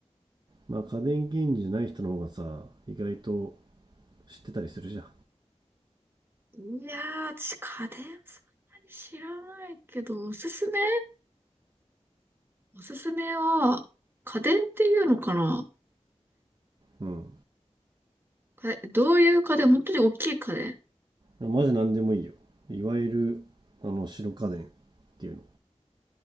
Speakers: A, on the right (about 40°); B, on the right (about 20°).
A: まあ家電芸人じゃない人の方がさ意外と知ってたりするじゃん
B: いやー、私、家電そんなに知らないけど、おすすめおすすめは、家電っていうのかな
A: うん
B: かどういう家電本当に大きい家電
A: マジ何でもいいよいわゆるあの白家電っていうの